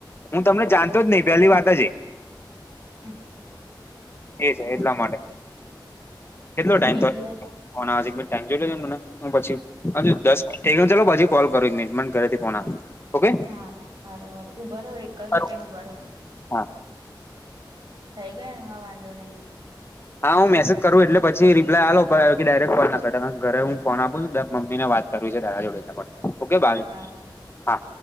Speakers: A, on the left; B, on the right.
A: હું તમને જાણતો જ નહી પેલી વાત જ એ
B: હમ બરાબર
A: છે એટલા માટે કેટલો
B: એમ
A: ટાઈમ
B: બીજી
A: ટ
B: વાત
A: જોઈ લેજ મને પછી હ દસ મિટ થઈ ગય ચાલો પછી કોલ કરોજમેન્ટ ઘરેથી ફ ઓકે
B: હાર સાર હાર ઉભા રહો એક
A: કરું
B: સેકન્ડ ઉભા રહો.
A: હા
B: થઈ ગયા હ વાંધો નહીં.
A: હા હું મેસેજ કરું એટલે પછ રીપલા આાલ આવ્યો કે ડાયરેક ફોલ ના પ ઘરે હું ફોન આપું છું મમ્મી ને વા કરવી છે તારા જોડે ઓકે ભાઈ
B: હારું
A: હા